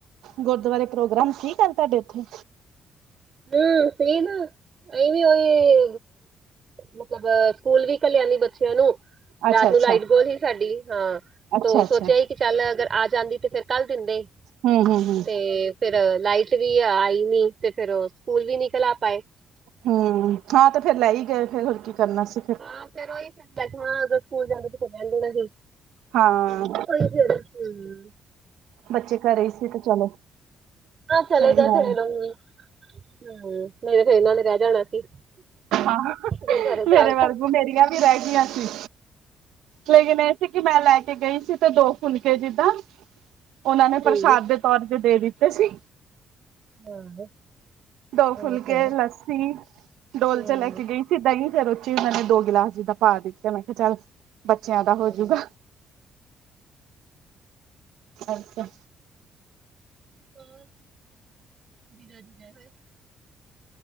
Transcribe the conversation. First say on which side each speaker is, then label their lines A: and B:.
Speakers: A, on the right; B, on the right.
A: ਗੁਰਦੁਆਰੇ ਪ੍ਰੋਗਰਾਮ ਠੀਕ ਹਨ, ਤੁਹਾਡੇ ਉੱਥੇ?
B: ਹੂੰ ਸੀ ਨਾ ਅ ਉਹੀ ਮਤਲਬ, ਸਕੂਲ ਵੀ ਘਲਿਆ ਨਹੀਂ ਬੱਚਿਆਂ ਨੂੰ
A: ਅੱਛਾ
B: ਰਾਤ
A: ਅੱਛਾ
B: ਨੂੰ ਲਾਈਟ ਗੋਲ ਸੀ ਸਾਡੀ ਹਾਂ
A: ਅੱਛਾ
B: ਤੋ
A: ਅੱਛਾ
B: ਸੋਚਿਆ ਕਿ। ਚੱਲ ਅਗਰ ਆ ਜਾਂਦੀ ਤੇ ਫੇਰ ਕੱਲ ਦਿੰਦੇ।
A: ਹਮ ਹਮ ਹਮ
B: ਤੇ ਫਿਰ ਲਾਈਟ ਵੀ ਆਈ ਨੀ ਤੇ ਫੇਰ ਸਕੂਲ ਵੀ ਨਿਕਲ ਆ ਪਾਏ।
A: ਹੂੰ ਹਾਂ ਤੇ ਫੇਰ ਲੈ ਹੀ ਗਏ ਫੇਰ ਹੋਰ ਕੀ ਕਰਨਾ ਸੀ।
B: ਹਾਂ ਫਿਰ ਉਹੀ ਵੈਸੇ ਨਾ ਅਗਰ ਸਕੂਲ ਜਾਂਦੇ ਸੀ ਤਾਂ ਫੇਰ ਰਹਿਣ ਦੇਣਾ ਸੀ।
A: ਹਾਂ।
B: ਉਹੀ ਫਿਰ ਹੂੰ।
A: ਬੱਚੇ ਘਰੇ ਹੀ ਸੀ ਤੇ ਚਲੋ
B: ਹਾਂ ਚਲੇਗਾ
A: ਸਹੀ ਗੱਲ
B: ਖੇਡ
A: ਹੈ
B: ਆਉਗੀ। ਹੂੰ ਨਹੀਂ ਤਾਂ ਫੇਰ ਇਹਨਾਂ ਨੇ ਰਹਿ ਜਾਣਾ ਸੀ।
A: ਆ
B: ਜੇ ਘਰੇ
A: ਮੇਰੇ
B: ਜਾਣ
A: ਵਾਂਗੂੰ
B: ਤਾਂ
A: ਮੇਰੀਆਂ ਵੀ ਰਹਿ ਗਈਆਂ ਸੀ। ਲੇਕਿਨ ਇਹ ਸੀ ਕਿ ਮੈਂ ਲੈ ਕੇ ਗਈ ਸੀ ਤੇ ਦੋ ਫੁਲਕੇ ਜਿੱਦਾਂ ਉਹਨਾਂ ਨੇ
B: ਹੂੰ।
A: ਪ੍ਰਸ਼ਾਦ ਦਿੱਤਾ। ਤੌਰ ਤੇ ਦੇ ਦਿੱਤੇ ਸੀ।
B: ਹਾਂ,
A: ਦੋ
B: ਇਹ
A: ਫੁਲਕੇ
B: ਤੇ ਹੈ।
A: ਲੱਸੀ ਡੋਲ
B: ਹੂੰ।
A: ਚ ਲੈ ਕੇ ਗਈ ਸੀਂ ਦਹੀਂ ਫੇਰ ਉਚੀ ਉਹਨਾਂ ਨੇ ਦੋ ਗਿਲਾਸ ਜਿੱਦਾਂ ਪਾ ਦਿੱਤਾ, ਮੈਂ ਕਿਹਾ ਚੱਲ ਬੱਚਿਆਂ ਦਾ ਹੋਜੂਗਾ,
B: ਹੂੰ।
A: ਅੱਛਾ
B: ਹ ਜੀਦਾ-ਜੀਦ ਹੋਏ।